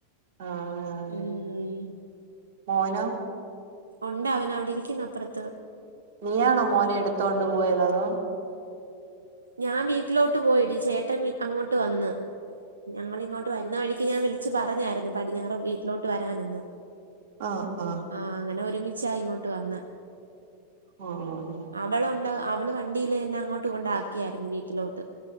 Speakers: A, on the right (about 50°); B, on the right (about 75°).
A: ആഹ്
B: ഉം
A: മോനോ
B: ഉണ്ട് അവനവിടെ ഇരിക്കുന്ന അപ്പറത്ത്
A: നീയാണോ മോനെ എടുത്തോണ്ട് പോയത് അതോ
B: ഞാൻ വീട്ടിലോട്ട് പോയിടി ചേട്ടൻ അങ്ങോട്ട് വന്ന് ഞങ്ങിങ്ങോട്ട് വരുന്ന വഴിക്ക് ഞാൻ വിളിച്ചു പറഞ്ഞായിരുന്നു പടിഞ്ഞാറ് വീട്ടിലോട്ട് വരാാനന്ന്
A: ആഹ് ആഹ്
B: ആഹ് അങ്ങെനെ ഒരുമിച്ചാ ഇങ്ങോട്ട് വന്ന്
A: ഓഹ് ഓഹ്
B: അവളൊണ്ട് അവൾ വണ്ടിൽ എന്നെ അങ്ങോട്ട് കൊണ്ടാക്കിയായിരുന്നു വീട്ടിലോട്ട്